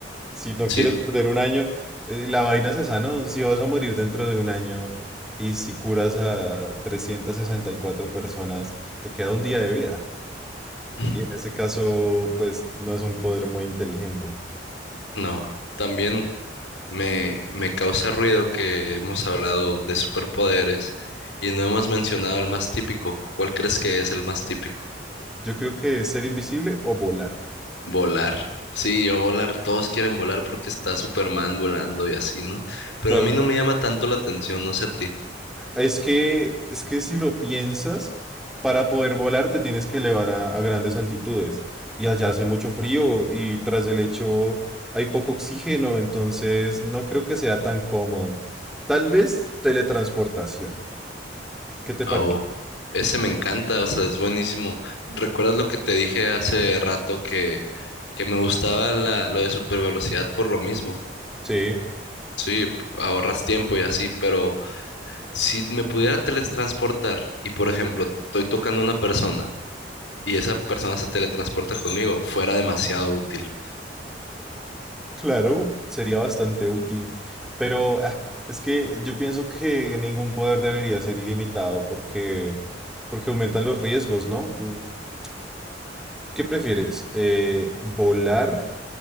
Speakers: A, in the centre; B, on the left.
A: Si no quieres
B: Sí.
A: perder un año, eh, la vaina se sana. o Si vas a morir dentro de un año y si curas a 364 personas, te queda un día de vida.
B: <laughs>
A: Y en ese caso, pues no es un poder muy inteligente.
B: No, también. Me, me causa ruido que hemos hablado de superpoderes y no hemos mencionado el más típico. ¿Cuál crees que es el más típico?
A: Yo creo que es ser invisible o volar.
B: Volar. Sí, yo volar, todos quieren volar porque está Superman volando y así, ¿no? Pero
A: Claro,
B: a mí no me llama tanto la atención, no sé a ti.
A: Es que, es que si lo piensas, para poder volar te tienes que elevar a, a grandes altitudes. Y allá hace mucho frío y tras el hecho hay poco oxígeno, entonces no creo que sea tan cómodo. Tal vez teletransportación. ¿Qué te parece?
B: Oh, ese me encanta, o sea, es buenísimo. ¿Recuerdas lo que te dije hace rato que, que me gustaba la, lo de super velocidad por lo mismo?
A: Sí,
B: Sí, ahorras tiempo y así, pero... Si me pudiera teletransportar y, por ejemplo, estoy tocando a una persona y esa persona se teletransporta conmigo, fuera demasiado útil.
A: claro, sería bastante útil. Pero ah, es que yo pienso que ningún poder debería ser ilimitado porque, porque aumentan los riesgos, ¿no? Mm, ¿Qué prefieres? Eh, ¿volar?